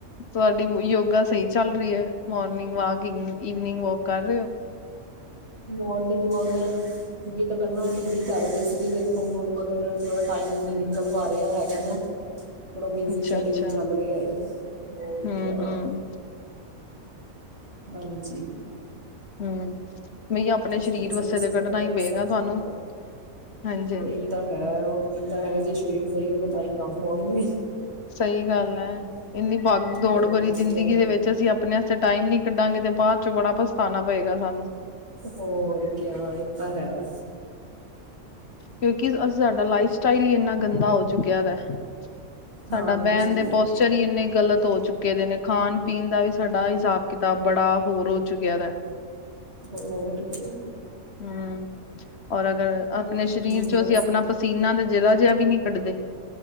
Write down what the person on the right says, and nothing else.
ਮੋਨਿੰਗ ਵਾਕ ਤਾ ਯੋਗਾ ਤਾਂ ਪਹਿਲਾਂ ਡੇਲੀ ਕਰਦੇ ਸੀਗੇ ਦੇਖੋ ਹੁਣ ਮਗਰ ਥੋੜਾ ਟਾਈਮ ਨੀ ਨਿਕਲ ਪਾ ਰਿਹਾ ਹੈਗਾ ਨਾ। ਥੋੜਾ ਬਿਜੀ
ਸ਼ਡਿਊਲ
ਚੱਲ ਰਿਹਾ ਐ, ਹੋਰ
ਕਿਆ।
ਹਾਂਜੀ।
ਤੁਸੀਂ
ਦੱਸੋ
ਤੁਸੀਂ
ਕਰਦੇ ਹੋ
ਐਕਸਰਸਾਈਜ਼
ਵਗੈਰਾ
ਇਹ ਤਾਂ ਹੈ ਉਹੀ ਤਾਂ ਹੈ ਜੇ ਸਰੀਰ ਸਈ ਹੋਏਗਾ ਤਾਂ ਈ ਕੰਮ ਹੋਣਗੇ।
ਹੋਰ
ਕਿਆ
ਹੋਰ ਕੇਆ ਏ ਤਾਂ ਹੈ ਆ।
ਹਾਂਜੀ
ਹੋਰ ਕੇਆ।
ਦਿਨ ਹੁੰਦਾ
ਸੀ